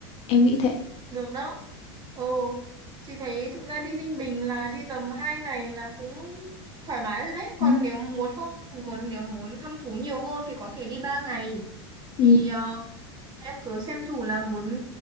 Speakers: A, on the left; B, on the right.
A: em nghĩ thế
B: được đó. Ừ, chị thấy thực ra đi Ninh Bình là đi tầm 2 ngày là cũng thoải mái rồi đấy. Còn
A: Ừ.
B: nếu muốn không, muốn nếu muốn thăm thú nhiều hơn thì có thể đi 3 ngày. Thì
A: Ừ,
B: ờ, em cứ xem thử là muốn